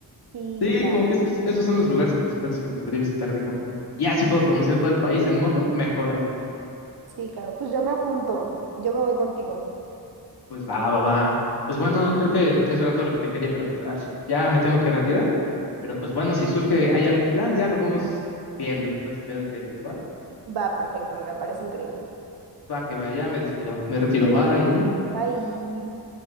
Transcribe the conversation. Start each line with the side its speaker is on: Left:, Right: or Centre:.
Right: Sí,
Left: Sí,
Right: claro.
Left: como que esos, esos son los lugares principales que me gustaría visitar de Japón. Ya, si puedo conocer todo el país en moto, mejor aún.
Right: Sí, claro. Pues yo me apunto. Yo me voy contigo.
Left: Pues va, va, va. Pues bueno, creo que eso era todo lo que te quería preguntar. Ya me tengo que retirar, pero pues bueno, si surge, hay algún plan, ya lo vamos viendo y todo ese pedo y te digo, ¿va?
Right: Va, perfecto. Me parece increíble.
Left: Pues va, que va, ya me despido, me retiro, va y...
Right: Bye.